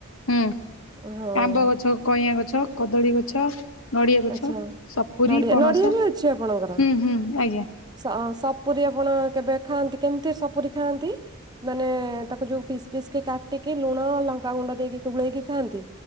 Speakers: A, on the left; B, on the right.
A: ହୁଁ
B: ହଁ।
A: ଆମ୍ବ ଗଛ, କଇଁଆଁ ଗଛ, କଦଳୀ ଗଛ। ନଡ଼ିଆ ଗଛ,
B: ଆଚ୍ଛା
A: ସପୁରୀ,
B: ନଡିଆ
A: ପଣସ
B: ନଡିଆ ବି ଅଛି ଆପଣଙ୍କର
A: ହୁଁ ହୁଁ ଆଜ୍ଞା।
B: ସ ସପୁରୀ ଆପଣ କେବେ ଖାଆନ୍ତି, କେମିତି ସପୁରୀ ଖାଆନ୍ତି? ମାନେ ତାକୁ ଯୋଉ ପିସ୍ ପିସ୍ କି କାଟିକି ଲୁଣ, ଲଙ୍କା ଗୁଣ୍ଡ ଦେଇକି ଗୋଳେଇକି ଖାଆନ୍ତି?